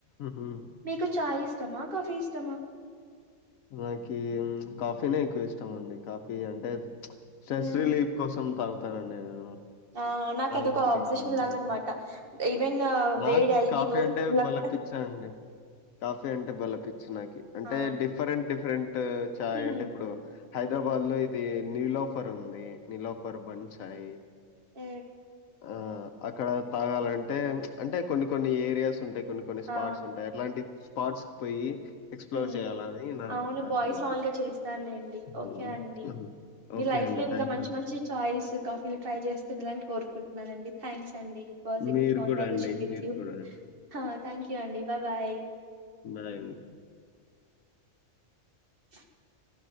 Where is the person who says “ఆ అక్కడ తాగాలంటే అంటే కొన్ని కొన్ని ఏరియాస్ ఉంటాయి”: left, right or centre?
Left